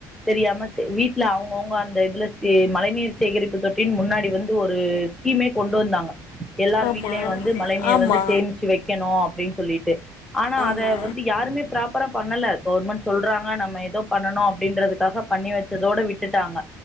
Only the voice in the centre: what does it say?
தெரியாமத் வீட்ல அவுங்கவுங்க அந்த இதுல எ மழை நீர் சேகரிப்பு தொட்டின் முன்னாடி வந்து ஒரு ஸ்கீமே கொண்டு வந்தாங்க எல்லார்
வீட்லியு வந்து மழை நீர்
வந்து சேமிச்சு வெக்கணு அப்டின் சொல்லிட்டு ஆனா
அத வந்து யாரு மே ப்ராப்பரா பண்ணல கவுர்மெண் சொல்றாங்க நம்ம எதோ பண்ணணு அப்டின்றது க்காக பண்ணி வெச்சதோட விட்டுட்டாங்க